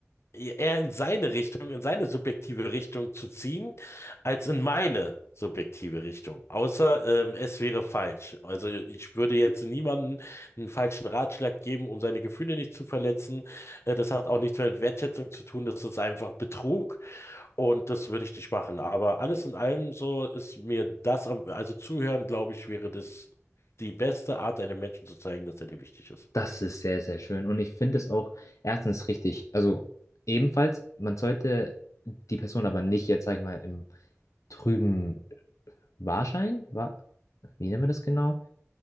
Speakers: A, on the left; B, on the left.
A: eher in seine Richtung, in seine subjektive Richtung zu ziehen, als in meine subjektive Richtung. Außer ähm, es wäre falsch. Also ich würde jetzt niemandem einen falschen Ratschlag geben, um seine Gefühle nicht zu verletzen. Äh, das hat auch nichts mehr mit Wertschätzung zu tun. Das ist einfach Betrug und das würde ich nicht machen. Aber alles in allem so ist mir das, am- also zuhören, glaube ich, wäre das die beste Art, einem Menschen zu zeigen, dass er dir wichtig ist.
B: Das ist sehr, sehr schön. Und ich finde es auch erstens richtig. Also ebenfalls, man sollte die Person aber nicht jetzt, sag ich mal, im Trüben Wahrschein? War, wie nennen wir das genau?